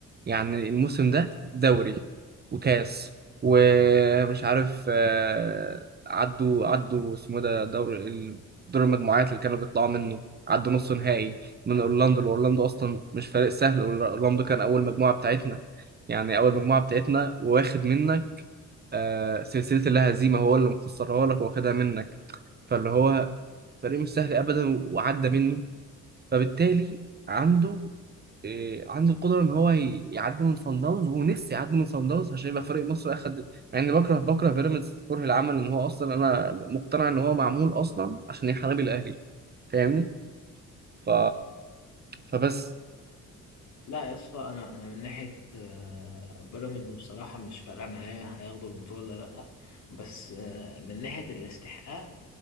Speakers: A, on the right (about 35°); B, on the left (about 65°).
A: يعني الموسم ده دوري وكاس ومش عارف أه عدوا عدوا اسمه ده دور ال- دور المجموعات اللي كانوا بيطلعوا منه عدوا نص نهائي من اورلاندو اورلاندو اصلا مش فريق سهل اورلاندو كان اول مجموعه بتاعتنا يعني اول مجموعه بتاعتنا واخد منك أه سلسله اللا هزيمه هو اللي مخسرها لك واخدها منك فاللي هو فريق مش سهل ابدا وعدى منه فبالتالي عنده إيه، عنده القدره ان هو ي- يعدي من صن داونز ونفسي يعدي من صن داونز عشان يبقى فريق مصر اخد مع اني بكره بكره بيراميدز كره العمل ان هو اصلا انا مقتنع ان هو معمول اصلا عشان يحارب الاهلي فاهمني ف... فبس
B: لا يا اسطى انا انا من ناحيه آه، بيراميدز بصراحه مش فارقه معايا هياخدوا البطوله ولا لا بس آه، من ناحيه الاستحقاق